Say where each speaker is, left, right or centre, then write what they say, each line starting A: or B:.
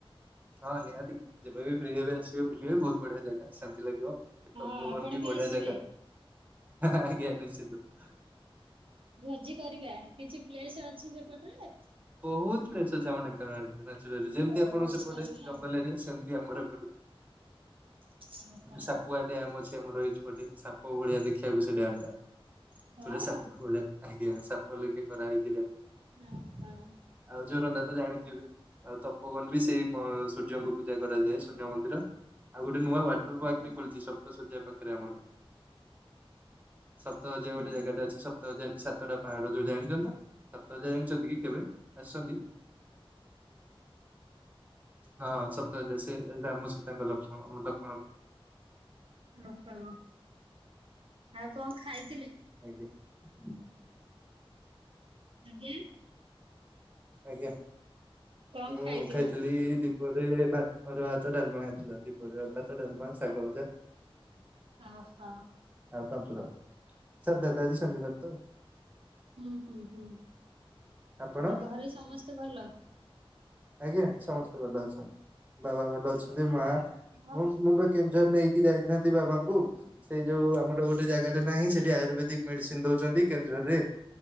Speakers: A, on the right; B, on the right.
A: ହଁ ନିହାତି ଯେବେ ବି ଫ୍ରି ହେବେ ଆସିବେ ବୁଲିବେ ବହୁତ ବଢିଆ ଜାଗା ଶାନ୍ତି ଲାଗିବ ।
B: ହଁ
A: ତ ପବନ
B: ଆପଣ
A: ବି ବଢିଆ
B: ଆସିବେ।
A: ଜାଗା ଆଜ୍ଞା ନିଶ୍ଚିତ ।
B: ଭୋଜି କରିବା କିଛି ପ୍ଲେସ ଅଛି ସେପଟରେ
A: ବହୁତ ପେଲସ ଅଛି ଆମଙ୍କାନଚ ଯେମିତି
B: ହଉ
A: ଆପଣ
B: ଭୋଜି
A: ସେପଟେ
B: କରିବା
A: ଜଙ୍ଗଲ ଏରିଆ ସେମିତି ଆମର
B: ଆଉ।
A: ସାପୁଅ ଡ୍ୟାମ ଆମର ରହିଛି ପେ ସାପ ଭଳିଆ ଦେଖିବାକୁ ସେ ଡ୍ୟାମ ଟା ।
B: ଓହୋ
A: ପଟା ସାପ ଭଳିଆ ଆଜ୍ଞା ସାପ ଲକ୍ଷେ କରାହେଇଛି ।
B: ଓହୋ ।
A: ଆଉ ଯୋରନ୍ଦା ତ ଜାଣିଥିବେ । ଆଉ ତପବନ ବି ସେଇ ସୂର୍ଯ୍ୟଙ୍କୁ ପୂଜା କରାଯାଏ ସୂର୍ଯ୍ୟ ମନ୍ଦିର ଆଉ ଗୋଟେ ଗୋଟେ ନୂଆ ୱାଟର
B: ଓହୋ
A: ପାର୍କ ଖଛି ସପ୍ତ ଶଯ ପାଖରେ ଆମର । ସପ୍ତସର୍ଯ୍ୟା ଗୋଟେ
B: ଓହୋ।
A: ଜାଗାଟେ ଅଛି ସପ୍ତସର୍ଯ୍ୟା ରେ ସାତଟା ପାହାଡ଼ ଯୋଉ ଜାଣିଛନ୍ତି ତ ସପ୍ତସୂର୍ଯ୍ୟା ଜାଣିଛନ୍ତି କି କେବେ? ଆସୁଚନ୍ତି । ହଁ ସପ୍ତା <unintelligible> ତାଙ୍କ ଲକ୍ଷଣ
B: ଓହୋ ।ଆଉ କଣ ଖାଇ
A: ଆଜ୍ଞା ।
B: ଆଜ୍ଞା
A: ଆଜ୍ଞା ।
B: କଣ
A: ହଁ
B: ଖାଇଥିଲ?
A: ଖାଇଥିଲି ଦୀପହ ରେ, ଅରୁଆ ଭାତ ଡାଲମା ହେଇଥିଲା ।ଦୀପହରେ ଅରୁଆ ଭାତ ଡାଲମା ସାଗଭଜା।
B: ଓହୋ ।
A: ଫାକା ପୁରା ।ସଧ୍ୟାତା ଆଜି ଶନିବାର ତ
B: ହୁଁ ହୁଁ ହୁଁ
A: ଆପଣ
B: ଆଉ ଘରେ ସମସ୍ତେ ଭଲ?
A: ଆଜ୍ଞା ସମସ୍ତେ ଭଲ ଅଛନ୍ତି। ବାବା ଭଲ ଅଛନ୍ତି। ମା
B: ହଁ
A: ମୁଁ କେଉଁଝର ନେଇ କି କି, ଯାଇଥାନ୍ତି ବାବାଙ୍କୁ। ସେଇ ଯୋଉ ଆମର ଗୋଟେ ଜାଗାରେ ନାହିଁ ସେଠି ଆୟୁରବେଦିକ ମେଡିସିନ ଦଉଛନ୍ତି, କେଉଁଝର ରେ,